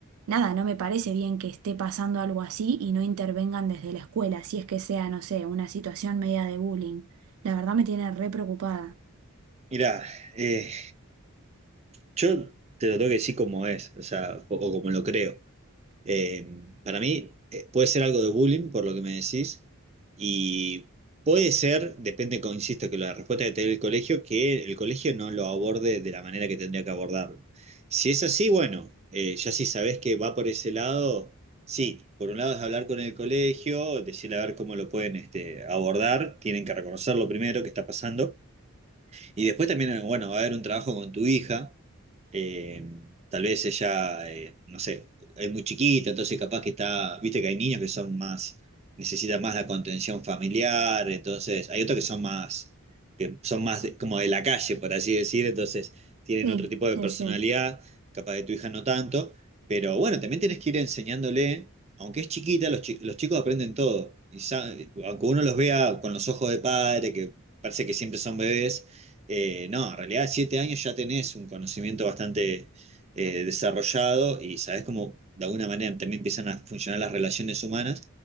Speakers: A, on the right; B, on the right.
A: nada, no me parece bien que esté pasando algo así y no intervengan desde la escuela, si es que sea, no sé, una situación media de bullying. La verdad me tiene re preocupada.
B: Mirá, eh, yo te lo tengo que decir como es, o sea, o, o como lo creo. Eh, para mí eh, puede ser algo de bullying, por lo que me decís, y puede ser, depende, con- insisto, que la respuesta que te dé el colegio, que el colegio no lo aborde de la manera que tendría que abordarlo. Si es así, bueno, eh, ya si sabés que va por ese lado, sí, por un lado es hablar con el colegio, decirle a ver cómo lo pueden este, abordar, tienen que reconocerlo primero, que está pasando. Y después también, bueno, va a haber un trabajo con tu hija. eh, tal vez ella, eh, no sé, es muy chiquita, entonces capaz que está, viste que hay niños que son más, necesitan más la contención familiar, entonces hay otros que son más, que son más de- como de la calle, por así decir, entonces tienen
A: Sí,
B: otro tipo
A: sí,
B: de personalidad,
A: sí,
B: capaz de tu hija no tanto, pero bueno, también tenés que ir enseñándole, aunque es chiquita, los, chi- los chicos aprenden todo, y sa- aunque uno los vea con los ojos de padre, que parece que siempre son bebés, eh, no, en realidad siete años ya tenés un conocimiento bastante eh, desarrollado y sabés cómo de alguna manera también empiezan a funcionar las relaciones humanas.